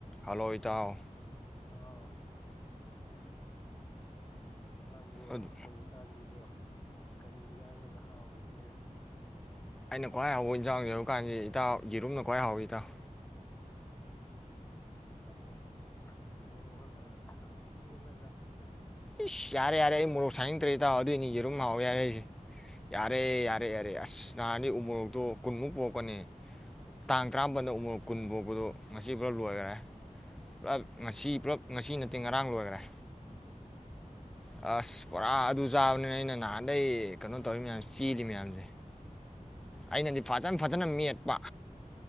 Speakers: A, in the centre; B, on the left.
A: ꯍꯂ ꯪ ꯏꯇꯥꯑꯣ
B: ꯑꯣ ꯅꯡꯕꯨ
A: ꯑꯗꯨ
B: ꯍꯧꯖꯤꯀꯟꯁꯤꯕꯨ ꯀꯔꯤ ꯑꯦꯟꯖꯡꯅꯒ ꯍꯥꯑꯣꯔꯤꯒꯦ
A: ꯑꯩꯟ ꯈꯋ꯭ꯥꯏ ꯍꯥꯌꯕ ꯑꯦꯟꯁꯟꯁꯤ ꯌꯦꯔꯨꯃꯟ ꯑꯦꯖꯥꯎ ꯍꯥꯑꯣꯔꯤ ꯏꯇꯥꯑꯣ
B: ꯎꯟ ꯃꯣꯔꯣꯀꯥ ꯈꯔꯥ ꯁꯥꯔꯞ ꯃꯦꯠꯂꯒ
A: ꯏꯖ ꯌꯥꯔꯦ ꯌꯥꯔꯦ ꯑꯩ ꯃꯣꯔꯣꯀ ꯁꯅꯤꯪꯗꯔ꯭ꯦ ꯦꯠꯑꯣ ꯑꯗꯨꯏꯅꯤ ꯇꯦꯔꯨꯝ ꯗꯨꯝ ꯍꯥꯑꯣꯏ ꯍꯥꯢꯔꯛꯁꯤ ꯌꯥꯔꯦ ꯌꯥꯔꯦ ꯎꯟ ꯅꯥꯍꯟꯗꯤ ꯎ ꯃꯣꯔꯣꯀꯇꯨ ꯀꯨꯟꯃꯨꯛ ꯄꯨꯔꯛꯄꯅꯤ ꯇꯥꯪ ꯇꯔꯥꯃꯄꯅꯗ ꯎ ꯃꯣꯇꯣꯛ ꯀꯨꯟ ꯄꯨꯔꯛꯞꯗꯨ ꯉꯁꯤ ꯂꯣꯏꯅ ꯂꯣꯏꯒꯔ ꯄꯨꯂꯄ ꯉꯁꯤ ꯄꯨꯂꯄ ꯉꯁꯤ ꯅꯥꯇꯦ ꯉꯔꯪ ꯂꯣꯏꯒꯔ꯭ꯦ ꯎꯟ ꯄꯣꯔꯥ ꯑꯗꯨ ꯆꯥꯕꯅꯤ ꯑꯩꯟ ꯅꯥꯍꯟꯗꯩꯩ ꯀꯦꯏꯑꯣ ꯇꯧꯔꯤ ꯃꯌꯥꯃꯁꯤ ꯆꯦꯂꯤ ꯃꯌꯥꯃꯁꯤ
B: ꯆꯦꯟꯗꯤ
A: ꯑꯩꯅꯗꯤ
B: ꯆꯦꯟꯕꯅꯤꯍꯦ
A: ꯐꯖꯅ ꯐꯖꯅꯗꯤ ꯃꯦꯠꯄ